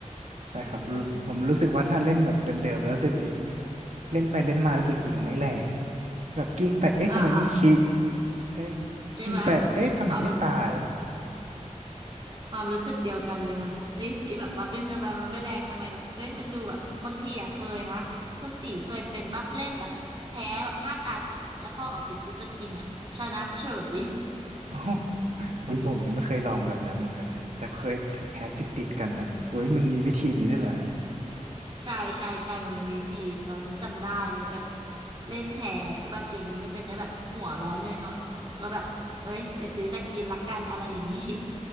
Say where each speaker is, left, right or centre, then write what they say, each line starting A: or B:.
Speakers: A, on the right; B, on the right.
A: ใช่ครับรู้ผมรู้สึกว่าถ้าเล่นแบบเดิมๆแล้วรู้สึก
B: <laughs>
A: เล่นไปเล่นมารู้สึกยิงไม่แรงแบบกิ้งไปเอ๊ะทำไมไม่คิ
B: อ่า <laughs> อ่าอ่า
A: เอ๊ะ
B: ใช่ไหมย
A: กิ้งไปเอ๊ะทำไมไม่ตาย
B: ความความรู้สึกเดียวกันเลยค่ะที่ที่แบบว่าเอ้ยทำไมมันไม่แรงทำไมแบบเอ้ยมันดูแบบบางทีอ่ะเคยนะคุณตีเคยเป็นบ้าเล่นแบบแพ้แบบห้าตาติดอ่ะแล้วพอออกไปซื้อสกินอ่ะชนะเฉย
A: อ๋อผมผมยังไม่เคยลองแบบนั้นเหมือนกันเลยแต่เคยแพ้ติดๆกันนะโอ้ยมันมีวิธีนี้ด้วยเหรอฮะ
B: ใช่ใช่ใช่มันมีวิธีตอนนั้นจำได้เลยแบบเล่นแพ้ใช่ปะเกมนี้มันก็จะแบบหัวร้อนหน่อยๆเนาะก็แบบเอ้ยไปซื้อสกินละกันอะไรอย่างนี้